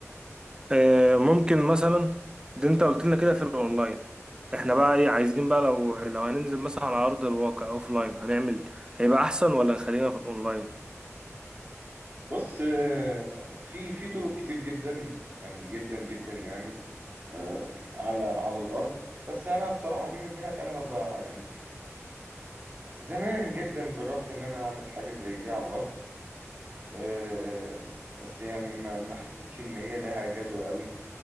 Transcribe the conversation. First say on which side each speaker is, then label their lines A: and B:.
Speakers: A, on the right; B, on the right.
A: آه، ممكن مثلا ده انت قلت لنا كده في الاونلاين
B: مم.
A: احنا بقى ايه عايزين بقى لو لو هننزل مثلا على ارض الواقع اوف لاين هنعمل هيبقى احسن ولا نخلينا في الاونلاين
B: بص آه، في في طرق كتير جدا يعني جدا جدا يعني آه، على على الارض بس انا بصراحه بيني وبينك انا ما بقى يعني زمان جدا جربت ان انا اعمل حاجه زي دي على الارض آه، بس يعني ما ما حسيتش ان هي لها جدوى قوي